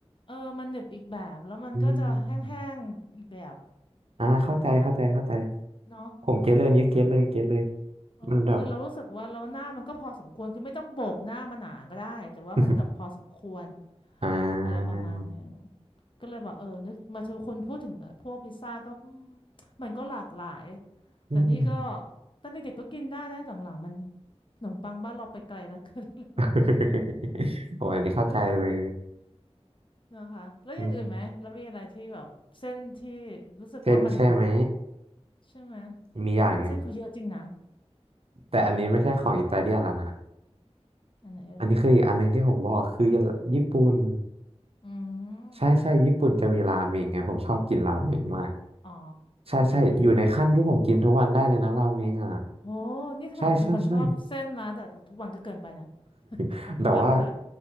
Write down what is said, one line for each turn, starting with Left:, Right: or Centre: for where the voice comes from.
Left: เออมันหนึบอีกแบบแล้วมันก็จะแห้งๆอีกแบบ
Right: อืมอ่าเข้าใจเข้าใจเข้าใจ
Left: เนาะ
Right: ผมเก็ตเลยเนี่ยเก็ตเลยเก็ตเลย
Left: เออคือเรารู้สึกว่าเราหน้ามันก็พอสมควรคือไม่ต้องโบกหน้ามันหนาก็ได้แต่ว่ามันแบบพอสมควร
Right: มันแบบ <laughs> อ่า
Left: อะไรประมาณหนึ่งก็เลยบอกเออนึกมาเจอคนพูดถึงเอ่อพวกพิซซ่าก็อืมมันก็หลากหลาย
Right: อืม
Left: แต่นี่ก็ตอนเด็กๆก็กินได้นะหลังๆมันขนมปังบ้านเราไปไกลแล้ว <laughs> ก็เลย
Right: <laughs> โอ้อันนี้เข้าใจเลย
Left: ก็นะคะแล้วอย่างอื่นไหมแล้วมีอะไรที่แบบเส้นที่
Right: อืม
Left: รู้สึกว่ามัน
Right: เส้นใช่ไหม
Left: ใช่ไหม
Right: มีอย่างหนึ่ง
Left: เขาเส้นเขาเยอะจริงนะ
Right: แต่อันนี้ไม่ใช่ของอิตาเลียนแล้วนะ
Left: อันไหนเอ่ย
Right: อันนี้คืออีกอันหนึ่งที่ผมบอกคือญี่ปุ่น
Left: อืม
Right: ใช่ใช่ญี่ปุ่นจะมีราเมงไงผมชอบกินราเมงมาก
Left: อ๋อ
Right: ใช่ใช่อยู่ในขั้นที่ผมกินทุกวันได้เลยนะราเมงอ่ะ
Left: โอ้นี่ขนาดเป็นคนชอบเส้นนะแต่แต่ทุกวันก็เกินไปนะ
Right: ใช่ใช่ใช่
Left: <laughs>
Right: <laughs> แต่ว่า
Left: ก็มากไปหน่อย